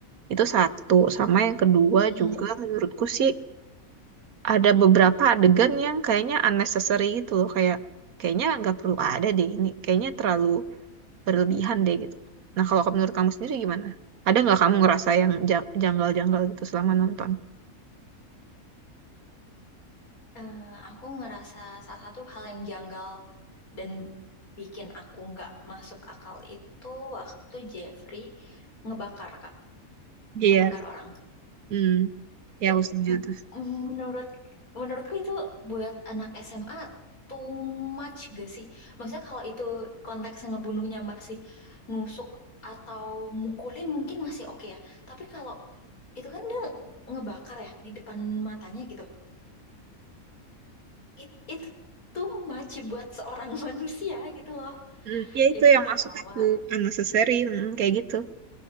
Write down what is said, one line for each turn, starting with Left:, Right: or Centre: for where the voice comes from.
Right: Itu satu. Sama yang kedua
Left: Mm-mm.
Right: juga menurutku sih ada beberapa adegan yang kayaknya unnecessary gitu loh kayak kayaknya nggak perlu ada deh ini kayaknya terlalu berlebihan deh gitu nah kalau menurut kamu sendiri gimana ada nggak kamu ngerasa yang ja- janggal-janggal gitu selama nonton
Left: Eh, aku ngerasa salah satu hal yang janggal dan bikin aku nggak masuk akal itu waktu Jeffrey ngebakar Kak
Right: Iya,
Left: ngebakar orang
Right: hmm ya
Left: Ya,
Right: aku setuju
Left: m-
Right: tuh
Left: menurut menurutku itu buat anak SMA too much gak sih? Maksudnya kalau itu konteks ngebunuhnya masih nusuk atau mukulin mungkin masih oke ya. Tapi kalau itu kan dia ngebakar ya di depan matanya gitu. It, it too much buat seorang <laughs> manusia gitu loh.
Right: hmm, ya itu
Left: Itu
Right: yang
Left: pertama.
Right: maksud aku unnecessary hmm, kayak gitu